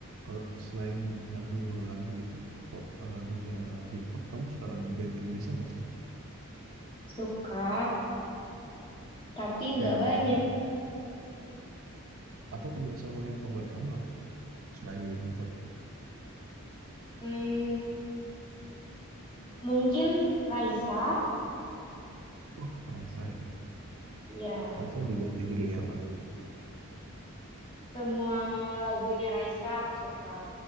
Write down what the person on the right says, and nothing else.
kalau selain lagu-lagu itu, pop, lagunya hip hop, kamu suka lagu band Indonesia nggak sih?
Band of
Cosby. Atau penyanyi solo yang favorit kamu apa? Selain Lily Kempot.
Oh, Raisa ya.
Raisa yang, judul, yang judulnya apa?